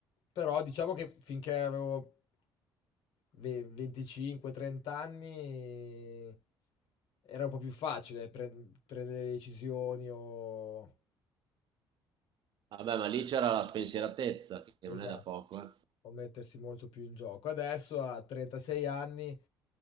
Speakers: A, on the left (about 65°); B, on the right (about 55°).
A: Però diciamo che finché avevo ve- 25-30 anni era un po' più facile pre- prendere decisioni o...
B: Vabbè, ma lì c'era la spensieratezza, che
A: Esatto,
B: non è da poco, eh.
A: può mettersi molto più in gioco. Adesso a 36 anni